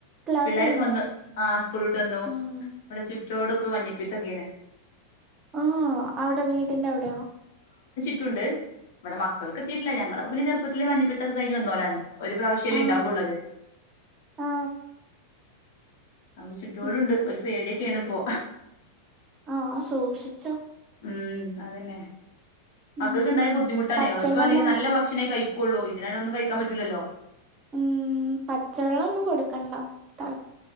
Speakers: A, on the right; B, on the left.
A: ക്ലാസ്
B: പിള്ളേരൊക്കെ
A: കഴിഞ്ഞോ
B: വന്നു ആ സ്കൂൾ വിട്ട് വന്നു
A: ഉം
B: ഇവിടെ ചുറ്റോടിപ്പൊ മഞ്ഞപ്പീത്തൊക്കെണ്
A: ആ അവിടെ വീടിന്റെ അവിടെയോ
B: ണ്ട് ഇവിടെ മക്കൾക്ക് എത്തിയിട്ടില്ല ഞങ്ങളൊക്കെപിന്നെ ചെറുപ്പത്തിലെ മഞ്ഞപ്പത്തൊക്കെ കഴിഞ് വന്നോലാണ് ഒരു പ്രാവശ്യല്ലെ
A: ആ
B: ഉണ്ടാകുള്ളത്
A: ആ
B: അവ ചുറ്റൊടുണ്ട്
A: എനിക്ക്
B: ണ്ട് ഒരു പേടിയൊക്കെണ് പ്പൊ
A: ആഹ സൂക്ഷിച്ചോ
B: ഉം അതെന്നെ മക്കൾക്ക്ണ്ടായ
A: ഉം
B: ബുദ്ധിമുട്ടാണെ
A: പച്ചള്ളനോ
B: അവർക്കണെങ്കി നല്ല ഭക്ഷണേ കഴി.. ളു ഇതിനാണെ ഒന്നും കഴിക്കാൻ പറ്റൂലല്ലോ
A: ഉം പച്ചവള്ളം ഒന്നും കൊടുക്കണ്ട ത